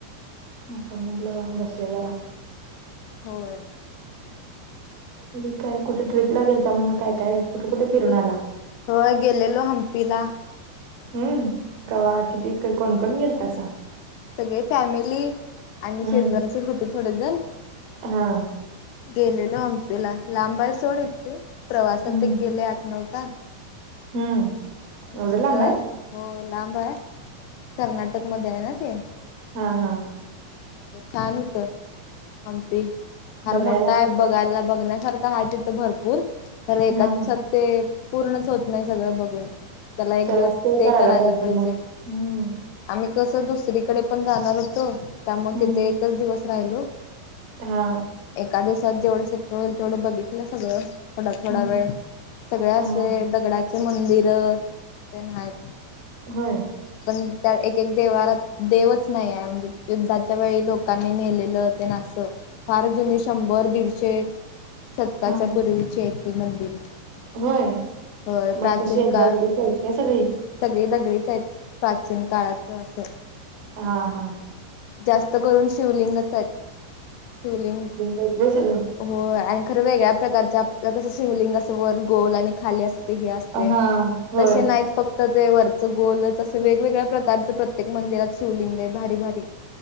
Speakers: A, on the right (about 75°); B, on the left (about 80°).
A: आता म्हणलं बसूया जरा.
B: होय.
A: तुम्ही काय कुठे ट्रिपला गेलता म्हणा काय, काय कुठे, कुठे फिरून आला?
B: होय गेलेलो हम्पी ला.
A: हम्म, कवा किती कोण, कोण गेलतसा.
B: सगळी फॅमिली आणि
A: हम्म
B: शेजाराचे होते थोडेजण.
A: हा.
B: गेलेलो हंपीला लांब आहे सोड इथून प्रवासात
A: हम्म
B: ते गेले आठ, नऊ तास.
A: हम्म.
B: त्यानंतर
A: एवढं लांब आहे
B: हो लांब हाय कर्नाटक मध्ये आहेना ते.
A: हा हा.
B: छान होत. हंपी फार
A: बघायला
B: मोठा
A: आली
B: आहे बघायला
A: तर
B: बघण्यासारखा आहे तिथं भरपूर खरं एका
A: हा
B: दिवसात ते पूर्णच होत नाही सगळं बघून. त्याला एक
A: चला
B: दिवस स्टे
A: ते
B: करायला पाहिजे.
A: मग हम्म
B: आम्ही कसं दुसरीकडे पण जाणार होतो त्यामुळे
A: हम्म
B: तिथे एकच दिवस राहिलो.
A: हा.
B: एका दिवसात जेवढं शक्य होईल तेवढं बघितलं सगळं. थोडा, थोडा
A: हम्म
B: वेळ सगळे असे
A: हा
B: दगडाचे मंदिर ते नाहीत.
A: होय.
B: पण त्या एक, एक देवारात देवच नाही आहे म्हणजे युद्धाच्या वेळी लोक लोकांनी नेलेलं तेन असं. फार जुनी शंभर, दीडशे शतकाच्या
A: हा
B: पूर्वीची आहे ती मंदिर.
A: होय,
B: होय प्राचीन
A: मग कशी आहेत
B: काळ
A: दगडीच आहेत काय सगळी?
B: सगळी दगडीच आहेत प्राचीन काळाचं असं.
A: हा हा.
B: जास्त करून शिवलिंगच आहेत शिवलिंग
A: आहेत व्हय सगळं?
B: हो आणि खरं वेगळ्या प्रकारच्या कसं शिवलिंग असं वर गोल आणि खाली असं वेगळ असतेय.
A: हा होय
B: तसे नाईत फक्त ते वरच गोलच असं वेगवेगळ्या प्रकारचं प्रत्येक मंदिरात शिवलिंगय भारी, भारी.